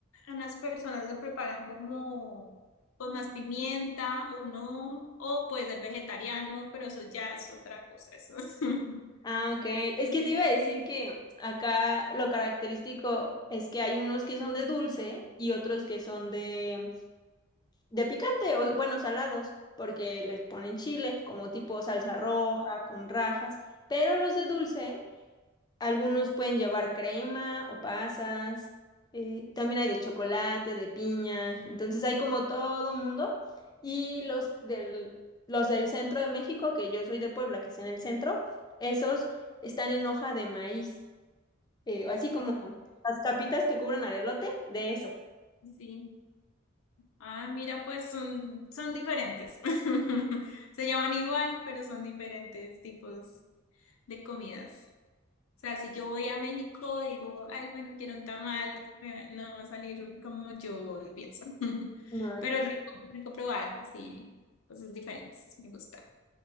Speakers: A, on the left (about 75°); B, on the left (about 20°).
A: algunas personas lo preparan como con más pimienta o no, o puede ser vegetariano, pero eso ya es otra cosa, eso. <laughs>
B: Ah, ok. Es que te iba a decir que acá lo característico es que hay unos que son de dulce y otros que son de, de picante, o bueno, salados, porque les ponen chile, como tipo salsa roja, con rajas. Pero los de dulce algunos pueden llevar crema o pasas. eh, también hay de chocolate, de piña. Entonces hay como todo un mundo. Y los del, los del centro de México, que yo soy de Puebla, que es en el centro, esos están en hoja de maíz. eh, así como
A: Ok.
B: las capitas que cubren al elote, de eso.
A: Sí. Ah, mira, pues son, son diferentes. <laughs> Se llaman igual, pero son diferentes tipos de comidas. sea, si yo voy a México, digo, ay, bueno, quiero un tamal, eh, no va a salir como yo lo pienso. <laughs>
B: No,
A: Pero es rico, rico probar, así, cosas diferentes, me gusta.